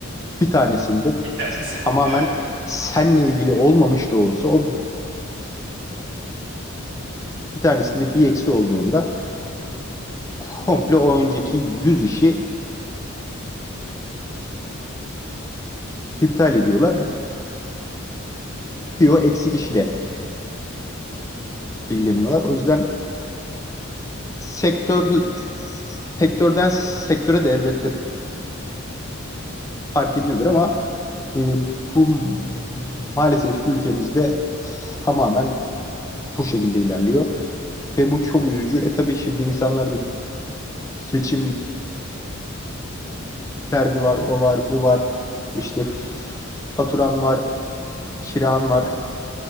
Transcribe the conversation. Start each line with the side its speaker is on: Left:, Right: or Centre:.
Left: bir tanesinde
Right: Bir tanesi.
Left: tamamen
Right: Evet.
Left: seninle ilgili olmamış da olsa o Bir tanesinde bir eksi olduğunda komple o önceki 100 işi iptal ediyorlar. Bir o eksik işle ilgileniyorlar. O yüzden sektör sektörden sektöre de elbette fark ediyordur ama e, bu maalesef ki ülkemizde tamamen bu şekilde ilerliyor. Ve bu çok üzücü. E tabii şimdi insanlarda geçim derdi var, o var, bu var. İşte faturan var, kiran var.